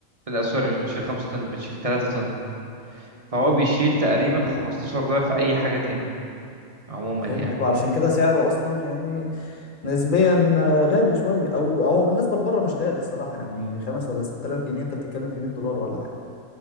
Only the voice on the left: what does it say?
امم
فهمتك
وعلشان كده سعره اصلا يعني نسبيا آه، غالي شويه او هو بالنسبه لبره مش غالي الصراحه يعني خمس ولا 6000 جنيه انت بتتكلم في 100 دولار ولا حاجه